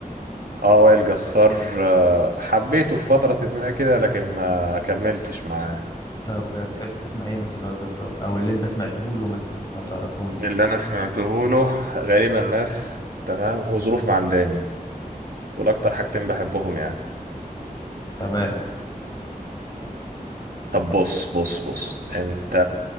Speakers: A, on the right (about 85°); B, on the left (about 25°).
A: اه وائل جسار آه، حبيته في فتره ما كده لكن ما كملتش معاه
B: طب بتحب تسمع ايه مثلا لوائل جسار او اللي انت سمعته له مثلا او تعرفه له
A: اللي انا سمعته له غالبا ناس تمام وظروف معنداني دول اكتر حاجتين بحبهم يعني
B: تمام
A: طب بص بص بص انت